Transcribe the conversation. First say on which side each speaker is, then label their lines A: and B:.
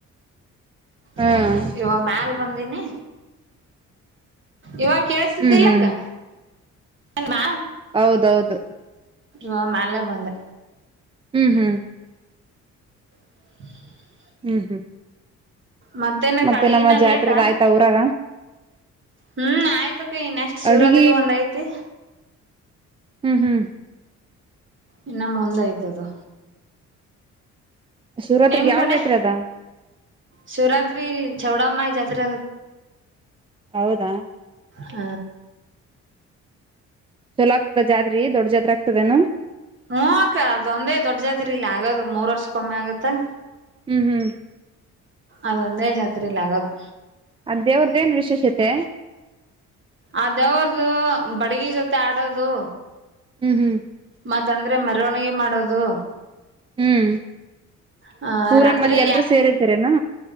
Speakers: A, on the right; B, on the right.
A: ಹ್ಮ್
B: ಹ ಇವ ಮ್ಯಲ್ ಬಂದೀನಿ ಇವ ಕಳ್ಸತಿಲಕ್ಕ
A: ಹ್ಮ್ ಹ್ಮ್
B: ನ್ಮ್ಮ
A: ಹೌದೌದು
B: ಹ ಮ್ಯಾಲೆ ಬಂದೆ
A: ಹ್ಮ್ ಹ್ಮ್
B: <unintelligible> <inaudible>
A: ಹ್ಮ್ ಹ್ಮ್
B: ಮತ್ತೇನಕ್ಕ
A: ಮತ್ತೆ
B: ಅಡಿಗಿನ
A: ನಮ್ಮ ಜಾತ್ರೆದ
B: ಲೇಟಾ
A: ಆಯ್ತಾ ಊರಗ
B: ಹ್ಮ್ ಆಯ್ತಕ ನೆಕ್ಸ್ಟ್ ಶಿವರಾತ್ರಿ
A: ಅಡ್ಗಿ
B: ಒಂದ್ ಐತಿ
A: ಹ್ಮ್ ಹ್ಮ್
B: ಇನ್ನ ಮುಂದ ಆಯ್ತದು
A: ಶಿವರಾತ್ರಿಗ್
B: ನಿಮ
A: ಯಾವ
B: ಕಡೆ
A: ಜಾತ್ರೆ ಅದ
B: ಶಿವರತ್ರಿ ಶೇವಡೋ ಮಾಹಿ ಜತ್ರ
A: ಹೌದಾ
B: ಹ
A: ಚಲೋ ಆಗ್ತದ ಜಾತ್ರಿ ದೊಡ್ ಜಾತ್ರಿ ಆಗ್ತದೇನು.
B: ಹು ಅಕ್ಕ ಅದೊಂದೇ ದೊಡ್ಡಜತ್ರಿ ಇಲ್ಲ ಆಗದು ಮೂರ್ ವರ್ಷಕ್ಕೊಮ್ಮೆ ಆಗತ್ತ
A: ಹ್ಮ್ ಹ್ಮ್
B: ಅದೊಂದೇ ಜಾತ್ರಿ ಇಲಿ ಆಗೋದು
A: ಅದೇವ್ರದ್ದೇನ್ ವಿಶೇಷತೆ
B: ಅದ ಯಾವ್ದು ಬಡಗಿ ಜೊತೆ ಆಡೋದು
A: ಹ್ಮ್ ಹ್ಮ್
B: ಮತ್ತಂದ್ರೆ ಮೆರವಣಿಗೆ ಮಾಡೋದು
A: ಹ್ಮ್
B: ಹ
A: ಊರನ್
B: ರಾತ್ರಿ
A: ಮಂದಿ ಎಲ್ರೂ ಸೇರಿರ್ತರೇನು